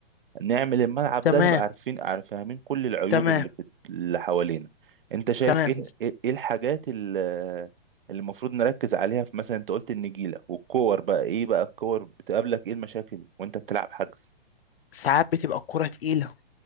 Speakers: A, on the right; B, on the left.
A: نعمل الملعب
B: تمام
A: ده نبقى عارفين عارف- فاهمين كل العيوب
B: تمام
A: اللي في اللي حوالينا انت شايف
B: تمام
A: ايه ايه إيه الحاجات ال- اللي المفروض نركز عليها في مثلا انت قلت النجيلة والكور بقى ايه بقى الكور بتقابلك ايه المشاكل وانت بتلعب حجز
B: ساعات بتبقى الكوره تقيله